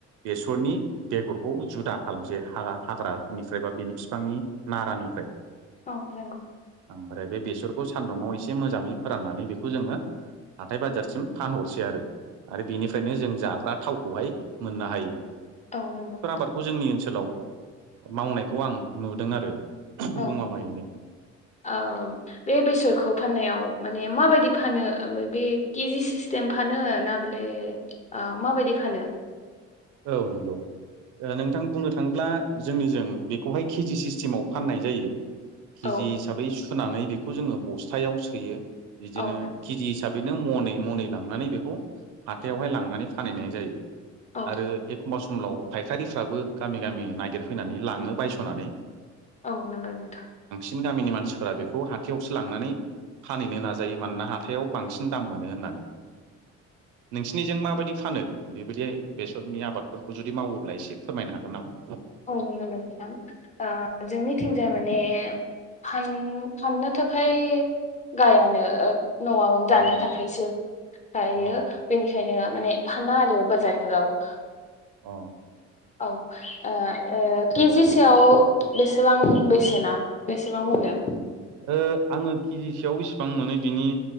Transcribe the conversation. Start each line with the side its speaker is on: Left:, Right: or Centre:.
Right: बेसरनि बेगर खौ जुदा खालामसै हा-हाग्रानिफ्राय बा बेनि बिफांनि नारानिफ्राय
Left: औव नांगौ
Right: ओमफ्राय बे बेसरखौ सान्दुंआव एसे मोजाङै फोराननानै बेखौ जोङो हाथाय बाजारसिम फानहरसै आरो आरो बेनिफ्रायनो जों जाग्रा थावखौहाय मोननो हायो।
Left: औव नंगौ नोंथां
Right: बेखौ जोंनि ओनसोलाव मावनायखौ आं नुदों आरो
Left: औव
Right: गमामायैनो
Left: औव औव बे बेसरखौ फाननायाव माने माबायदि फानो ओमफ्राय बे केजि सिस्टेम फानो ना बेले ओ माबायदि फानो
Right: औव नंगौ ओ नोंथां बुंनो थाङोब्ला जोंनिजों बेखौहाय केजि सिस्टेमाव फाननाय जायो केजि
Left: औ
Right: हिसाबै सु फोनानै बेखौ जोङो बस्थायाव सोयो बिदिनो
Left: औ
Right: केजि हिसाबैनो मनै मनै लांनानै बेखौ हाथायाव लांनानै फानाय हैनाय जायो
Left: औ
Right: आरो एक मस समलाव फायखारिफ्राबो गामि गामि नागिर फैनानै लाङो बायस'नानै
Left: औव नंगौ नोथां
Right: बिनि गामिनि मानसिफोरा बेखौ हाथायावसो लांनानै फानहैनो नाजायो मानोना हाथायाव बांसिन दाम मोनो होननानै नोंसिनिजों माबायदि फानो बेबायदि बेसरनि आबादफोरखौ जुदि मावोब्ला एसे फोरमायनो हागोन नामा
Left: औ नंगौ नोंथां ओ जोंनिथिंजाय माने फान-फाननो थाखाय गायानो न'आव जानो
Right: औ
Left: थाखायसो जायो
Right: अ
Left: बेनिखायनो माने फाना आरो बाजारफोराव
Right: अ
Left: औव ओ ओ केजिसेयाव बेसेबां बेसेना बेसेबां मोनो
Right: ओ आङो केजिसेयाव बेसेबां मोनो ओ बेनि